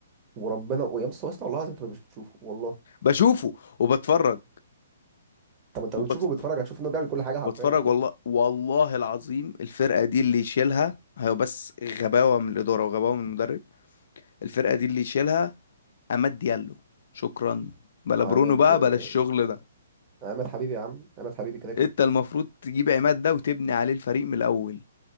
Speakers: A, on the right (about 30°); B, on the left (about 60°).
A: وربنا ويا مستر واسطه والله العظيم انت مش بتشوفه والله
B: بشوفه وبتفرج
A: طب انت
B: وبتف...
A: بتشوفه وبتتفرج هتشوف انه بيعمل كل حاجه حرفيا
B: وبتفرج
A: والله
B: والله والله العظيم الفرقة دي اللي يشيلها هي بس غباوة من الإدارة وغباوة من المدرب الفرقة دي اللي يشيلها عماد ديالو شكرا بلا
A: آه،
B: برونو
A: عماد
B: بقى
A: آه،
B: بلا الشغل ده
A: عماد حبيبي يا عم عماد حبيبي كده كده
B: انت المفروض تجيب عماد ده وتبني عليه الفريق من الاول